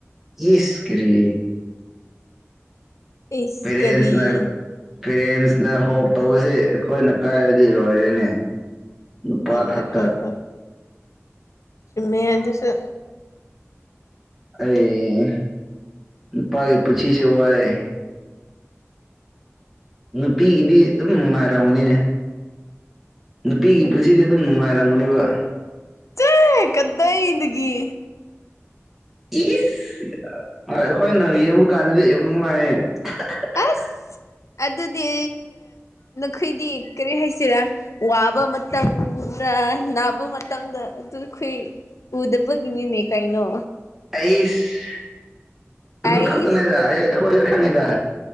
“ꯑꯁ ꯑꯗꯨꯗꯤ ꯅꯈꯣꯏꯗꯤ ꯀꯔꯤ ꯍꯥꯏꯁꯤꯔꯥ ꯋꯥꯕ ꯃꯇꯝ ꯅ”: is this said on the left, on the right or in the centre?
Left